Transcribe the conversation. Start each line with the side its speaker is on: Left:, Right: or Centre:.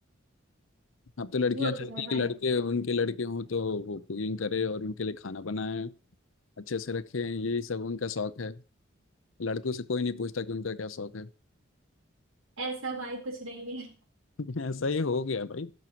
Left: अब तो लड़कियां
Right: वो
Left: चाहती
Right: तो है
Left: हैं
Right: भाई
Left: कि लड़के उनके लड़के हों तो वो कुकिंग करे और उनके लिए खाना बनाए अच्छे से रखें यही सब उनका शौक है लड़कों से कोई नहीं पूछता कि उनका क्या शौक है
Right: ऐसा भाई कुछ नहीं है
Left: <laughs> ऐसा ही हो गया भाई